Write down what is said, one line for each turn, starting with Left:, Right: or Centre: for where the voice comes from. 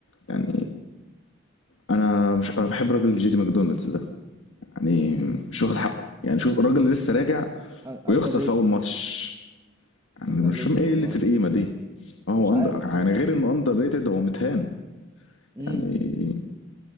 Left: يعني انا مش انا بحب راجل جيدي ماكدونالدز ده يعني مش واخد حقه يعني شوف الراجل اللي لسه راجع
Right: اندر
Left: ويخسر
Right: ريتد
Left: في اول ماتش يعني
Right: اندر
Left: مش
Right: ريتد
Left: فاهم ايه
Right: والله
Left: قله القيمه دي آه هو
Right: مش عارف
Left: أندر... يعني غير انه اندر ريتد هو متهان
Right: امم
Left: يعني